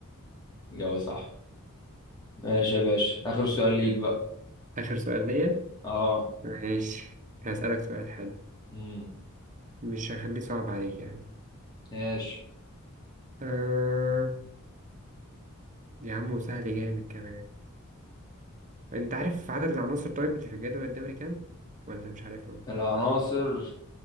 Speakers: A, on the left; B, on the right.
A: إجابة صح ماشي يا باشا آخر سؤال ليك
B: <laughs>
A: بقى
B: آخر سؤال ليا
A: اه
B: ماشي هسألك سؤال حلو
A: امم
B: مش هخليه صعب عليك يعني
A: ماشي
B: آه يا عم وسهل جامد كمان انت عارف عدد العناصر طيب اللي في الجدول الدوري كام ولا مش عارفهم
A: العناصر